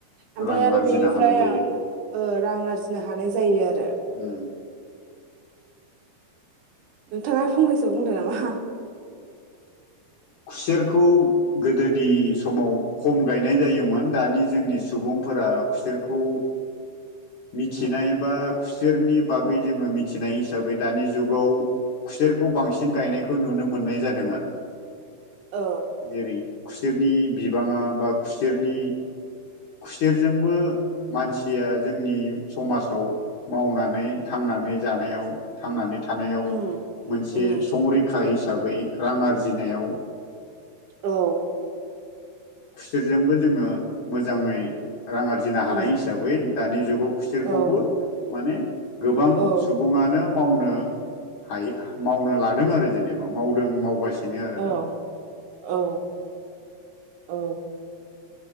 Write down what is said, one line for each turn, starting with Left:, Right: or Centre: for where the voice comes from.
Right: ओमफ्राय
Left: रां
Right: आरो
Left: आरजिनो
Right: बिनिफ्राय
Left: हानाय जायो
Right: ओ ओ रां आरजिनो हानाय जायो आरो।
Left: उम
Right: नोंथाङा फंनैसो बुंदो नामा?
Left: खुसेरखौ गोदोनि समाव खम गायनाय जायो दानि जोंनि सुबुंफोरा खुसेरखौ मिथिनाय
Right: औ
Left: बा खुसेरनि बागै जोङो मिथिनाय हिसाबै दानि जुगाव खुसेरखौ बांसिन गायनायखौ नुनो मोननाय जादों आरो।
Right: औ
Left: जेरै खुसेरनि बिबाङा बा खुसेरनि खुसेरजोंबो मानसिया जोंनि समाजाव मावनानै थां थांनानै जानायाव थांनानै थानायाव
Right: उम
Left: मोनसे
Right: उम
Left: संरैखा हिसाबै रां आरजिनायाव
Right: औ
Left: खुसेरजोंबो जोङो मोजाङै रां आरजिनो हानाय
Right: उम
Left: हिसाबै दानि जुगाव खुसोरखौबो
Right: औ
Left: माने गोबां
Right: औ
Left: सुबुङानो मावनो हायो मावनो लादों आरो जेनेबा मावदों मावगासिनो बिनो आरो
Right: औ
Left: दा
Right: औ औ